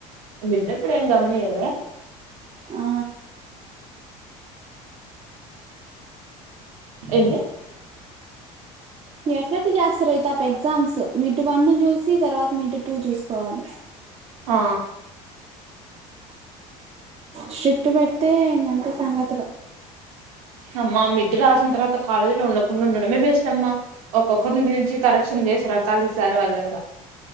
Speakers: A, on the right; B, on the right.
A: మిడ్ అప్పుడు ఏం గమనీయడు లె
B: ఆ
A: ఏంది
B: ఎట్టెట్ట చేస్తరో ఈ తాప ఎగ్జామ్స్ మిడ్ వన్ చూసి తర్వాత మిడ్ టూ చూసుకోవాలి
A: ఆ
B: స్ట్రిట్ పెడితే ఇంక అంతే సంగతులు
A: అమ్మా మి రాసిన తరువాత కాలేజ్ లొ ఉండక ఉండడమే బెస్ట్ అమ్మ ఒక్కొక్కరిని పిలిచి కరెక్షన్ చేసి రకాలు సారి వాల్లింగ